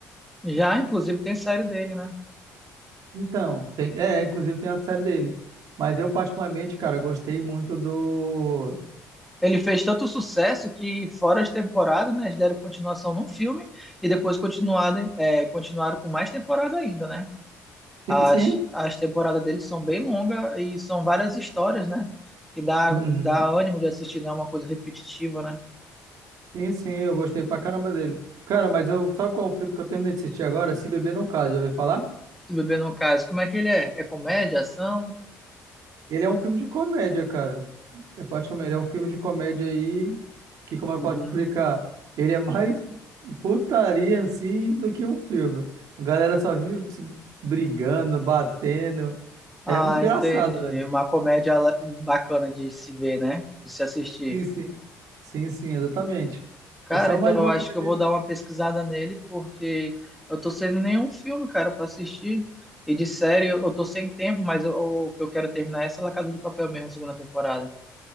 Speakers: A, in the centre; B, on the right.
A: Já, inclusive, tem série dele, né?
B: Então, tem, é, inclusive tem a série dele. Mas eu particularmente, cara, gostei muito do...
A: Ele fez tanto sucesso que, fora as temporadas, né, eles deram continuação num filme e depois continuado, é, continuaram com mais temporada ainda, né? As,
B: Sim, sim.
A: as temporadas dele são bem longas e são várias histórias, né? Que dá,
B: Uhum.
A: dá ânimo de assistir, não é uma coisa repetitiva, né?
B: Sim, sim, eu gostei pra caramba dele. Cara, mas eu, sabe qual é o filme que eu terminei de assistir agora? Se Beber Não Case, já ouviu falar?
A: Se beber no caso, como é que ele é? É comédia, ação?
B: Ele é um filme de comédia, cara. É praticamente, ele é um filme de comédia aí que, como eu
A: Uhum.
B: posso explicar, ele é mais putaria em si do que um filme. A galera só vive se brigando, batendo.
A: Ah,
B: É muito engraçado,
A: entendi.
B: velho.
A: Uma comédia le- bacana de se ver, né? De se assistir.
B: Sim, sim. Sim, sim, exatamente.
A: Cara,
B: É só
A: então
B: mais
A: eu
B: uma
A: acho
B: comédia.
A: que eu vou dar uma pesquisada nele, porque eu tô sem nenhum filme, cara, pra assistir. E de série eu tô sem tempo, mas eu- o que eu quero terminar é essa La Casa de Papel mesmo, a segunda temporada.